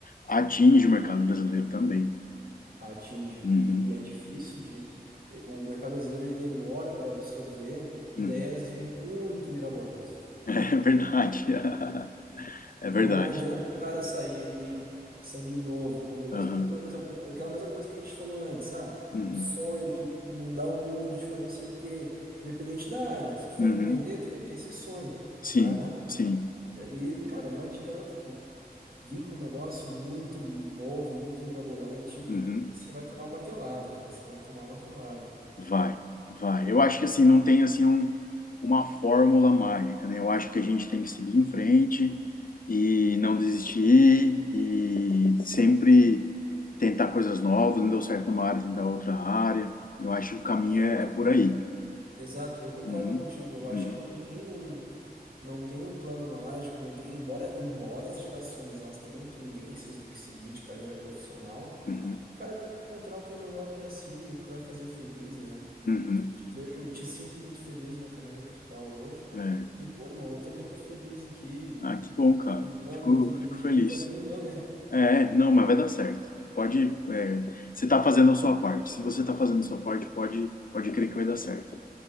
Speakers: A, on the left; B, on the right.
A: atinge o mercado brasileiro também.
B: atinge.
A: Uhum,
B: E, e é difícil de. eh, O mercado brasileiro ele demora para absorver ideias
A: uhum.
B: muito mirabolantes.
A: <laughs> É verdade. <laughs> É
B: Então
A: verdade.
B: não adianta o cara sair ali sangue novo, com mesmo,
A: Aham,
B: por exemplo, aquela mesma coisa que a gente falou antes, ah,
A: uhum,
B: o sonho de mudar o mundo, de fazer não sei o quê, independente da área. Se tu for
A: uhum.
B: empreender, tu vai ter esse sonho,
A: Sim,
B: né?
A: sim.
B: E, cara, não adianta tu vir com um negócio muito novo, muito mirabolante,
A: Uhum.
B: você vai tomar martelada, cara, você vai tomar martelada.
A: Vai, vai. Eu acho que assim, não tem assim um, uma fórmula mágica, né? Eu acho que a gente tem que seguir em frente e não desistir e sempre tentar coisas novas, não deu certo numa área, tentar outra área. Eu acho que o caminho
B: Exato.
A: é, é por aí.
B: Exato, eu concordo
A: Uhum,
B: contigo. Eu acho
A: uhum,
B: que não tem um Não tem um plano mágico, não tem, embora, embora as gerações elas tenham tendências do que seguir de carreira profissional,
A: uhum,
B: o cara tem que encontrar o que é melhor pra si, o que vai fazer feliz, né?
A: uhum.
B: Eu te vejo, te sinto muito feliz na carreira que tu tá hoje.
A: É.
B: E, pô, irmão, eu também tô feliz aqui,
A: Ah, que bom, cara.
B: estudando
A: Fico,
B: e, te- <laughs>
A: fico feliz.
B: e tentando o meu, né?
A: É, não, mas vai dar certo. Pode, é, você está fazendo a sua parte. Se você está fazendo a sua parte, pode, pode crer que vai dar certo.